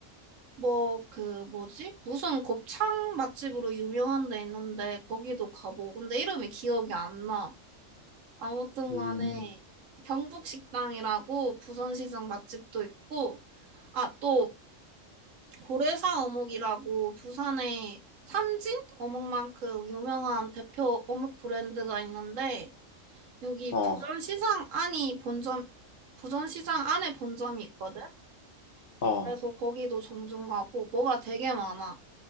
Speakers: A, on the right; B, on the left.
A: 뭐, 그, 뭐지? 무슨 곱창 맛집으로 유명한 데 있는데, 거기도 가보고. 근데 이름이 기억이 안 나. 아무튼
B: 음,
A: 간에, 경북식당이라고 부산시장 맛집도 있고, 아, 또, 고래사 어묵이라고 부산의 삼진 어묵만큼 유명한 대표 어묵 브랜드가 있는데, 여기
B: 어,
A: 부산시장 안이 본점, 부산시장 안에 본점이 있거든?
B: 어.
A: 그래서 거기도 종종 가고, 뭐가 되게 많아.